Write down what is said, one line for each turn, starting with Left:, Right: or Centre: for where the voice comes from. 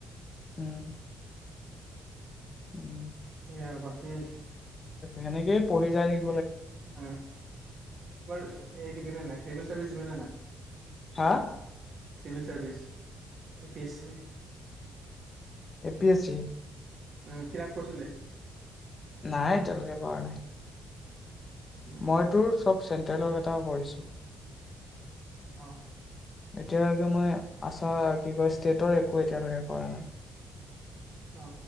Left: উম। উম
Right: সেয়া আৰু বাকী।
Left: সেনেকে পঢ়ি যায় থা।
Right: উম এইবাৰ হেই দিবিনে নাই। চাবি যিমান নে নাই?
Left: হা
Right: civil service, A P S C
Left: A P S C
Right: um কিতাপ পঢ়িছিল ই।
Left: নাই এতিয়ালৈকে কৰা নাই।
Right: উম
Left: মই তোৰ চবচ। চেন্ট্ৰেলৰ কেইটাও কৰিছো।
Right: অ
Left: এতিয়া মই আছা কি কৈছ। ষ্টেটৰ একো এতিয়ালকে কৰা নাই।
Right: অ।